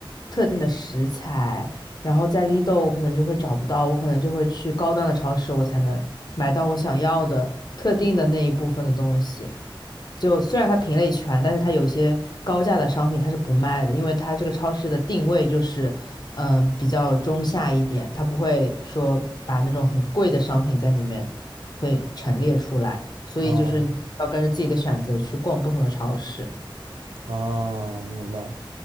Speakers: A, on the left; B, on the right.
A: 特定的食材，然后在 Lidl 我可能就会找不到，我可能就会去高端的超市，我才能买到我想要的特定的那一部分的东西。就虽然它品类全，但是它有些高价的商品它是不卖的，因为它这个超市的定位就是，嗯，比较中下一点，它不会说把那种很贵的商品在里面会陈列出来，所以就是你要跟着自己的选择去逛不同的超市。
B: 啊啊，明白，